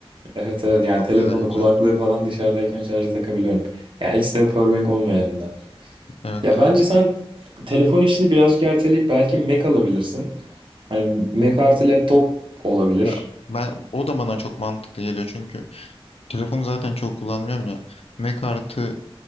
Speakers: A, on the right; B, on the left.
A: Evet evet yani
B: O da
A: telefonu
B: bayağı iyi özellik.
A: kulaklığı falan dışarıdayken şarjı takabiliyorum. Yani ekstra powerbank olmuyor yanımda.
B: Evet.
A: Ya bence sen telefon işini birazcık erteleyip belki Mac alabilirsin. Hani Mac artı laptop olabilir.
B: Ya ben o da bana çok mantıklı geliyor çünkü Telefonu zaten çok kullanmıyorum ya. Mac artı